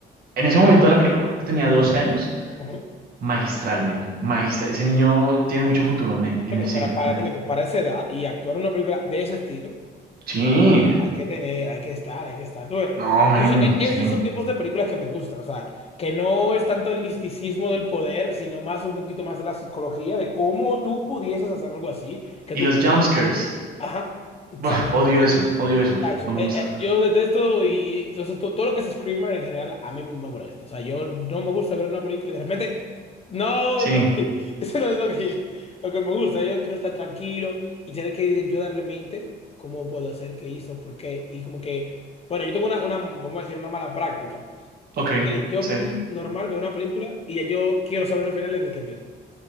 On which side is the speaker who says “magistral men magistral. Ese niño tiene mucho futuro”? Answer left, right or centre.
Right